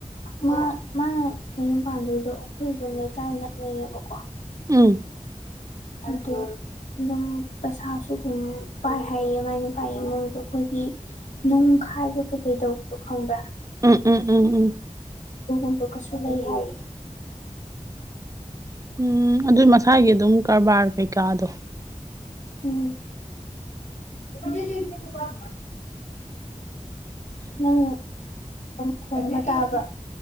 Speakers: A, on the left (about 65°); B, on the right (about 25°).
A: ꯃꯥ ꯃꯥꯅ ꯃꯌꯨꯝ ꯄꯥꯟꯗꯣꯏꯗꯣ ꯑꯩꯈꯣꯏ ꯑꯗꯨꯝ ꯂꯩꯀꯥꯏ ꯅꯛꯅꯩꯌꯦꯕꯀꯣ
B: ꯎꯝ
A: ꯑꯗꫭ ꯑꯗꯨꯝ ꯄꯩꯁꯥꯁꯨ ꯑꯗꯨꯝ ꯄꯥꯏ ꯍꯥꯏꯌꯦ ꯃꯥꯏ ꯅꯨꯄꯥꯏ ꯏꯃꯨꯡꯗꯣ ꯑꯩꯈꯣꯏꯒꯤ ꯅꯨꯡꯈꯥꯏꯕ ꯀꯩꯀꯩ ꯇꯧꯕꯗꯣ ꯈꯪꯕ꯭ꯔꯥ꯫
B: ꯎꯝ ꯎꯝ ꯎꯝ ꯎꯝ
A: ꯑꯗꯨꯒꯣꯝꯕ ꯀꯁꯨ ꯂꯩ ꯍꯥꯏ
B: ꯎꯝ ꯑꯗꯨꯏ ꯃꯁꯥꯒꯤ ꯑꯗꯨꯝ ꯀꯔꯕꯥꯔ ꯀꯩꯀꯥꯗꯣ꯫
A: ꯎꯝ <unintelligible> ꯅꯪꯅ <unintelligible> ꯇꯥꯕ꯭ꯔꯣ